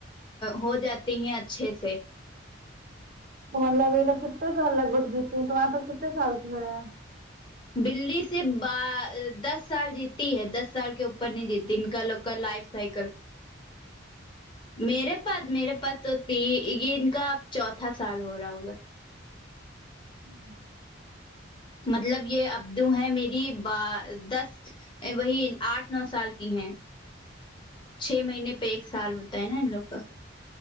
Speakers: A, on the left; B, on the right.
A: ہو جاتی ہیں اچھے سے
B: تو مطلب یہ لوگ کتنے سال لگ بگ جیتے ہیں تمہارے پاس کتنے سال سے ہیں
A: بلی صرف ب دس سال جیتی ہے دس سال کے اوپر پ نہیں دیتی ان کا لوگ کال لائف سائیکل میرے پاس میرے پاس تو ت یہ ان کا اب چوتھا سال ہو رہا ہوگا
B: ہوں
A: مطلب یہ ابدو ہے میری ب دس وہی آٹھ نو سال کی ہیں چھ مہینے پہ ایک سال ہوتا ہے نا ان لوگ کا